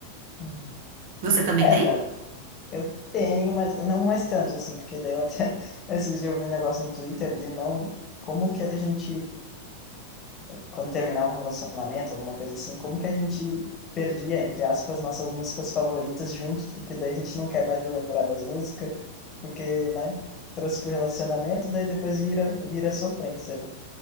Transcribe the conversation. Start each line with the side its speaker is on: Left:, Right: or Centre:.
Left: Uhum.
Right: Você também
Left: É,
Right: tem?
Left: eu eu tenho, mas não mais tanto, assim, porque daí eu até <laughs> esses dias eu vi um negócio no Twitter de não, como que a gente quando terminava um relacionamento, alguma coisa assim, como que a gente perdia, entre aspas, nossas músicas favoritas juntos, porque daí a gente não quer mais lembrar das músicas, porque, né, trouxe pro relacionamento, daí depois vira, vira sofrência, né?